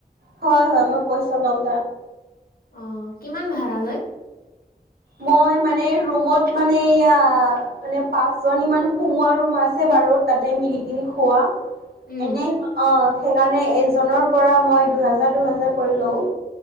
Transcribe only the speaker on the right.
হয় হয় মই পইচা লওঁ।
মই মানে ৰুমত মানে এয়া মানে পাঁচ জনী মান সোমোৱা ৰুম আছে। বাৰু তাতে মিলিকিনি খোৱা
এনে অ। সেইকাৰণে এজনৰ পৰা মই দুহেজাৰ দুহেজাৰ কৰি লওঁ।